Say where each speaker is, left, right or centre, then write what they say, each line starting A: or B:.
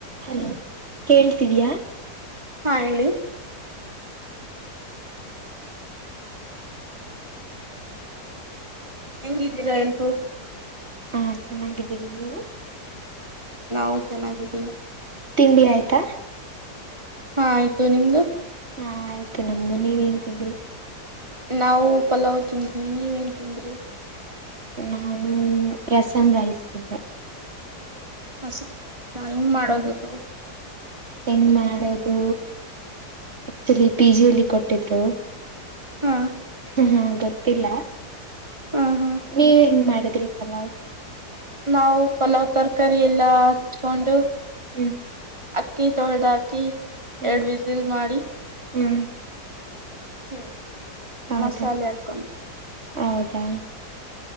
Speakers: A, on the right (about 40°); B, on the right (about 15°).
A: Hello ಕೇಳ್ತಿದಿಯಾ.
B: ಹಾ ಹೇಳಿ, ಹೆಂಗಿದ್ದೀರಾ ಎಲ್ರು.
A: ಹಾ ಚೆನ್ನಾಗಿದ್ದೀವಿ ನೀವು,
B: ನಾವು ಚೆನ್ನಾಗಿದ್ದೀವಿ.
A: ತಿಂಡಿ ಆಯ್ತಾ,
B: ಹಾ ಆಯ್ತು ನಿಮ್ದು.
A: ಹಾ ಆಯ್ತು ನಮ್ದು ನೀವ ಏನ್ ತಿಂದ್ರಿ.
B: ನಾವು ಪಲಾವ್ ತಿಂದ್ವಿ. ನೀವೇನ್ ತಿಂದ್ರಿ,
A: ನಾನು ರಸಂ ರೈಸ್ ತಿಂದೆ.
B: ಅ ಸ್ ಹೆಂಗ್ ಮಾಡೋದು ಅದು.
A: ಹೆಂಗ ಮಾಡೋದು, ಆಕ್ಚುಲಿ ಪಿಜ್ಲಿ ಕೊಟ್ಟಿದ್ರು.
B: ಹಾ
A: ಹ್ಮ್ ಹ್ಮ್ ಗೊತ್ತಿಲ್ಲ.
B: ಹಾ ಹಾ
A: ನೀವ್ ಹೆಂಗ್ ಮಾಡದ್ರಿ ಪಲಾವ್.
B: ನಾವು ಪಲಾವ್ ತರಕಾರಿ ಎಲ್ಲಾ ಹಚ್ಕೊಂಡು,
A: ಹ್ಮ್.
B: ಅಕ್ಕಿ ತೋಳಾದ್ ಹಾಕಿ,
A: ಹ್ಮ್
B: ಎರಡ್ ವಿಸಿಲ್ ಮಾಡಿ,
A: ಹ್ಮ್.
B: ಹ್ಮ
A: ಹೌದಾ
B: ಮಸಾಲೆ ಹಾಕ್ಕೊಂಡು.
A: ಹೌದಾ,